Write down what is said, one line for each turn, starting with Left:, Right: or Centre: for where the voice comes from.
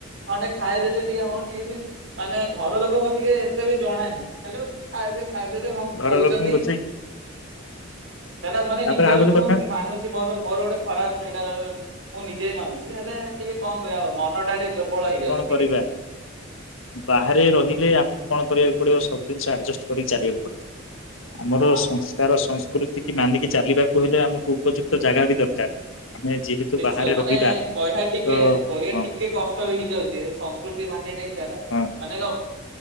Right: ହଁ ଟିକେ ଖାଇଦେଲେ ଟିକେ ହଁ ଟିକେ ମାନେ ଘର ଲୋକଙ୍କୁ ଟିକେ ଏତେ ବି ଜଣାଏ ଖାଲି <unintelligible> ଖାଇଦେଲେ ହଁ
Left: ଘର
Right: କହୁଛନ୍ତି।
Left: ଲୋକଙ୍କୁ ରୋଷେଇ
Right: ସେଟା ମାନେ
Left: ତାପରେ
Right: ନିଜର
Left: ଆଉ ଗୋଟେ
Right: ମୁଁ
Left: କଥା
Right: ମାନୁଛି। ମୋର ମୋର ଗୋଟେ ଖରାପ୍ ଏଇଟା ମୁଁ ନିଜ୍ ନିଜେ ମାନୁଛି ହେଲେ ଟିକେ କଣ କରିବା ମନ ଟା ଟିକେ ଦୁର୍ବଳ ହେଇଯାଉଛି
Left: କଣ
Right: ଟିକେ
Left: କରିବା ବାହାରେ
Right: ଆଜ୍ଞା।
Left: ରହିଲେ ଆମକୁ କଣ କରିବାକୁ ପଡିବ ସବୁ ଜିନିଷ ଆଡ୍ଜଷ୍ଟ୍ କରିକି ଚାଲିବାକୁ ପଡିବ ଆମର
Right: ହଁ
Left: ସଂସ୍କାର ତି ମାନିକି ଚାଲିବାକୁ ହେଲେ ଆମକୁ ଉପଯୁକ୍ତ ଜାଗା ବି ଦରକାର। ଆମେ ଯେହେତୁ
Right: ନିଶ୍ଚିତ
Left: ବାହାରେ
Right: ମାନେ
Left: ରହିବା
Right: କହିବା ଟିକେ
Left: ତ
Right: କହିବା
Left: ହଁ
Right: ଟିକେ କଷ୍ଟ ବି ହେଇଯାଉଛି। ସଂସ୍କୃତି ମାନେଟା ଚା
Left: ହଁ।
Right: ମାନେ